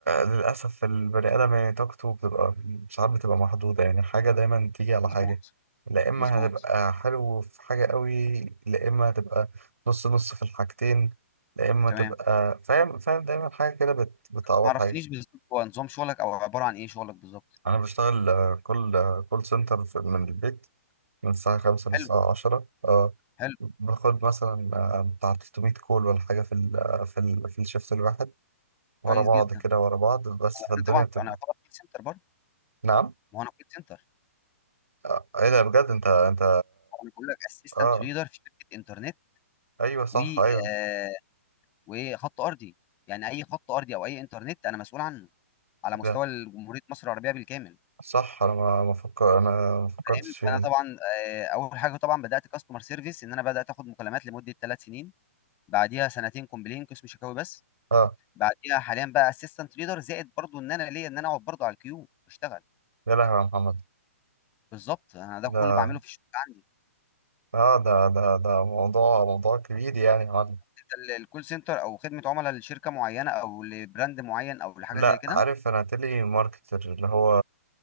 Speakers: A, on the right; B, on the left.
A: للاسف البني ادم يعني طاقته بتبقى ساعات بتبقى محدوده يعني حاجه دايما تيجي على
B: مظبوط
A: حاجه لا اما
B: مظبوط
A: هتبقى حلو في حاجه قوي لا اما هتبقى نص نص في الحاجتين لا اما
B: تمام
A: تبقى فاهم فاهم دايما حاجه كده بت... بتعوض
B: ما عرفتنيش
A: حاجه
B: بالظبط هو نظام شغلك او عباره عن ايه شغلك بالظبط
A: انا بشتغل آه، كول كول سنتر في... من البيت من الساعة خمسة للساعة
B: حلو
A: عشرة اه
B: حلو
A: باخد مثلا آه، بتاع 300 كول ولا حاجة في ال آه، في ال في الشيفت الواحد ورا
B: كويس
A: بعض
B: جدا
A: كده ورا بعض بس
B: هو
A: فالدنيا
B: انا طبعا
A: بتبقى
B: انا اعتبر كول سنتر برضه
A: نعم
B: ما هو انا كول سنتر
A: آه، ايه ده بجد انت انت
B: انا بقول لك اسيستنت
A: اه
B: ليدر في شركه انترنت
A: ايوه صح
B: و آه،
A: ايوه
B: وخط ارضي يعني اي خط ارضي او اي انترنت انا مسؤول عنه على
A: ايه
B: مستوى
A: ده
B: جمهوريه مصر العربيه بالكامل
A: صح انا ما ما فكر انا ما فكرتش
B: فاهم
A: فيها
B: فانا
A: دي
B: طبعا آه، اول حاجه طبعا بدات كاستمر سيرفيس ان انا بدات اخد مكالمات لمده ثلاث سنين بعديها سنتين كومبلين قسم شكاوي بس
A: اه
B: بعديها حاليا بقى اسيستنت ليدر زائد برضه ان انا ليا ان انا اقعد برضه على الكيو واشتغل
A: يا لهوي يا محمد
B: بالظبط انا ده كله
A: ده
B: بعمله في الشغل
A: اه ده ده ده موضوع موضوع كبير يعني يا معلم
B: ال- الكول سنتر او خدمه عملاء لشركه معينه او لبراند معين او لحاجه
A: لا
B: زي كده
A: عارف انا تيلي ماركتر اللي هو